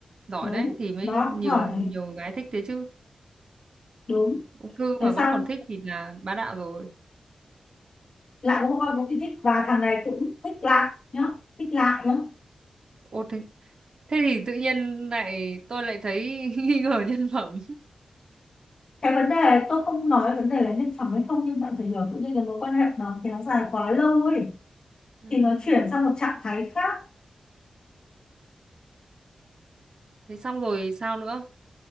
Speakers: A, on the right; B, on the left.
A: Giỏi
B: đúng
A: đấy thì mới
B: nó
A: nhiều
B: cũng giỏi
A: nhiều
B: đấy
A: gái thích thế chứ.
B: đúng
A: Ung thư
B: thế
A: mà vẫn
B: xong
A: còn thích thì là bá đạo rồi.
B: lại có một con công ty thích và thằng này cũng thích lại nhá thích lại nhá
A: Ô thế thế thì tự nhiên lại tôi lại thấy <laughs> nghi ngờ nhân phẩm
B: cái vấn đề tôi không nói vấn đề là nhân phẩm hay không nhưng bạn phải hiểu tự nhiên cái mối quan hệ nó kéo dài quá lâu ấy
A: ừ.
B: thì nó chuyển sang một trạng thái khác
A: thế xong rồi sao nữa